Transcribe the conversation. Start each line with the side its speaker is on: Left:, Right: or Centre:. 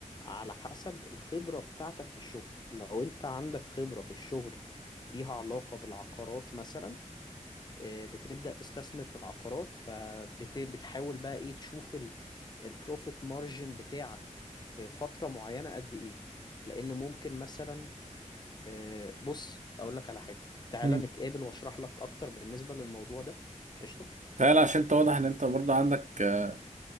Left: على حسب الخبرة بتاعتك في الشغل لو انت عندك خبرة في الشغل ليها علاقة بالعقارات مثلا آه، بتبدأ تستثمر في العقارات فبتحاول بقى ايه تشوف البروفيت مارجن بتاعك في فترة معينة قد ايه لان ممكن مثلا آه، بص اقول لك على حاجة تعالى
Right: مم.
Left: نتقابل واشرح لك اكتر بالنسبة للموضوع ده قشطة
Right: فعلا عشان انت واضح ان انت برضه عندك آه،